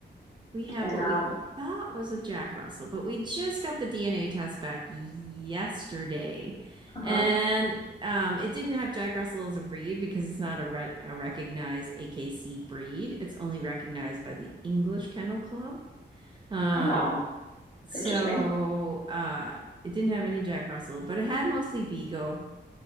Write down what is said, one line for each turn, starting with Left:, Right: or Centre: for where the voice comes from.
Right: We have
Left: And
Right: what
Left: um,
Right: we thought was a Jack Russell, but we just got the DNA test back yesterday.
Left: uh huh.
Right: And um, it didn't have Jack Russell as a breed because it's not a, re a recognized AKC breed. It's only recognized by the English Kennel Club. Um,
Left: Oh,
Right: so
Left: it's interesting.
Right: uh, it didn't have any Jack Russell, but it had mostly Beagle